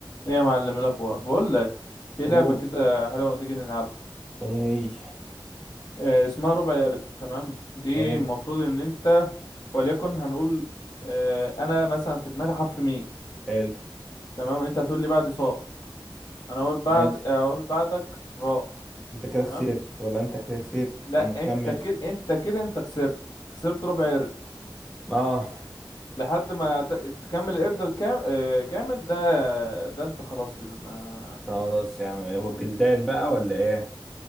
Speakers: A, on the left (about 50°); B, in the centre.
A: ايه يا معلم إيه الاخبار بقول لك في
B: اوه
A: لعبه كده حلوه ما تيجي نلعبها
B: ايه
A: آه، اسمها ربع يارد تمام دي
B: حلو
A: المفروض ان انت وليكن هنقول آه، انا مثلا في دماغي حرف ميم
B: حلو
A: تمام انت هتقول لي بعد صاد انا اقول بعد
B: ماشي
A: اقول بعدك راء
B: انت كده
A: تمام
B: خسرت ولا انت كده كسبت
A: لا
B: طب ما تكمل
A: انت كده انت كده انت خسرت خسرت ربع يارد
B: اه
A: لحد ما ت- تكمل القرد الكام... آه، كامل ده ده انت خلاص كده ما
B: خلاص يا عم هو بلدان بقى ولا ايه